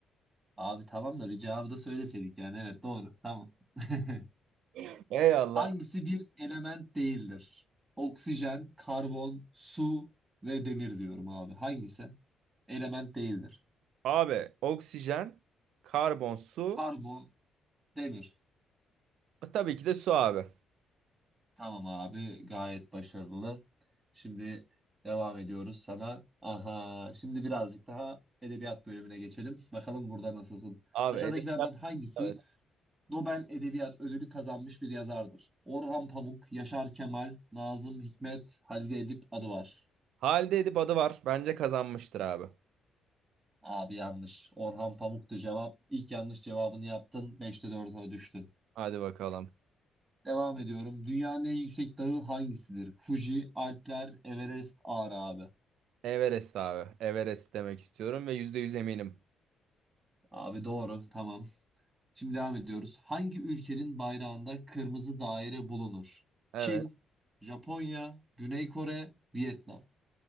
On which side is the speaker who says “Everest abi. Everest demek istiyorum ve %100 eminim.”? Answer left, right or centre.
Right